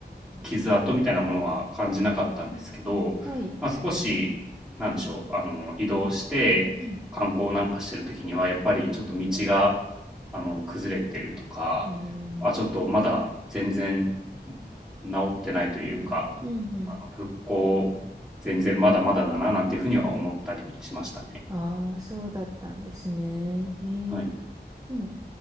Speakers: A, in the centre; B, on the right.
A: 傷跡みたいなものは感じなかったんですけど、
B: はい。
A: まあ、少し、なんでしょう、あの、移動して観光なんかしてる時には、
B: うん。
A: やっぱりちょっと道が、あの、崩れてるとか、
B: ああ。う
A: あ、ちょっとまだ全然治ってないというか、
B: んうん。
A: あの、復興、全然まだまだだな、なんていうふうには思ったりしましたね。
B: ああ、そうだったんですね。へえ。
A: はい。
B: でも、